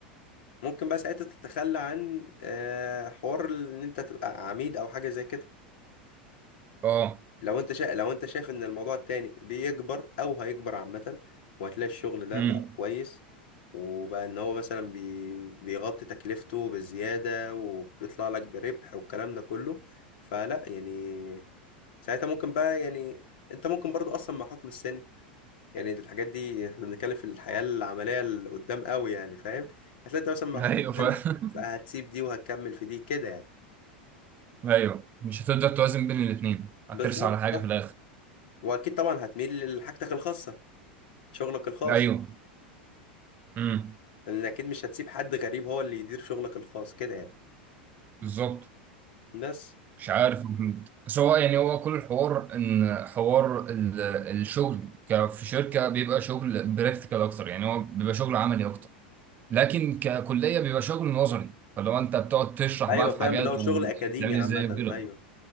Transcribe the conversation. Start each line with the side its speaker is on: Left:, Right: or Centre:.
Left: ممكن بقى ساعتها تتخلى عن آه حوار ان انت تبقى عميد او حاجة زي كده
Right: اه
Left: لو انت شا... لو انت شايف ان الموضوع التاني بيكبر او هيكبر عامة وهتلاقي الشغل ده
Right: امم
Left: بقى كويس وبقى ان هو مثلا بي... بيغطي تكلفته بزيادة وبيطلع لك بربح والكلام ده كله فلا يعني ساعتها ممكن بقى يعني انت ممكن برضو اصلا مع حكم السن يعني الحاجات دي احنا بنتكلم في الحياة العملية اللي قدام قوي يعني فاهم هتلاقي انت مثلا مع
Right: ايوه
Left: حكم
Right: فاهم
Left: السن هتسيب دي وهتكمل في دي كده يعني
Right: ايوه مش هتقدر توازن بين الاثنين هترسى
Left: بالظبط
Right: على حاجه
Left: صح
Right: في الاخر
Left: واكيد طبعا هتميل لحاجتك الخاصة شغلك الخاص
Right: ايوه امم
Left: لان اكيد مش هتسيب حد غريب هو اللي يدير شغلك الخاص كده يعني
Right: بالظبط
Left: بس
Right: مش عارف يا محمد. بس هو يعني هو كل الحوار ان حوار ال- الشغل ك- في شركه بيبقى شغل براكتيكال اكتر يعني هو بيبقى شغل عملي اكتر لكن ككليه بيبقى شغل نظري فلو انت بتقعد تشرح
Left: ايوه
Right: بقى في
Left: فاهم
Right: حاجات
Left: اللي هو شغل
Right: وبتعمل
Left: اكاديمي عامه
Right: ازاي وكده
Left: ايوه